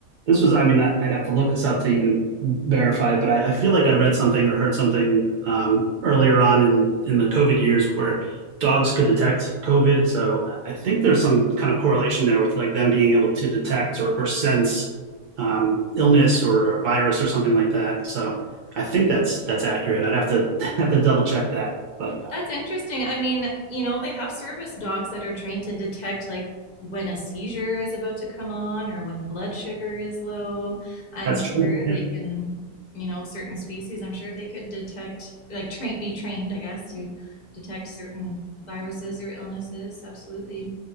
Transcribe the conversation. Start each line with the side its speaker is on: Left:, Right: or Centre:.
Right: this was, I mean, I, would have to look this up to even verify it, but I, I feel like I read something or heard something um, earlier on in, in the COVID years where dogs could detect COVID. So I think there's some kind of correlation there with like them being able to detect or, or sense um, illness or, or virus or something like that. So I think that's that's accurate. I'd have to <laughs> have to double check that, but
Left: That's interesting. I mean, you know, they have service dogs that are trained to detect like when a seizure is about to come on or when blood sugar is low. I'm
Right: that's true.
Left: sure
Right: Yeah,
Left: they can, you know, certain species, I'm sure they could detect like train be trained, I guess, to detect certain viruses or illnesses. Absolutely.